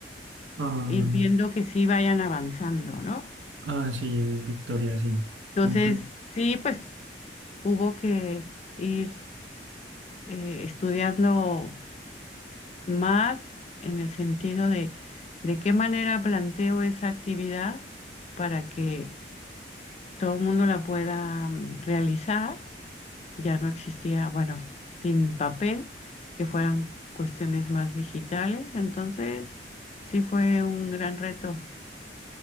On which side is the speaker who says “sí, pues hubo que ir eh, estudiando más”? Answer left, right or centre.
Left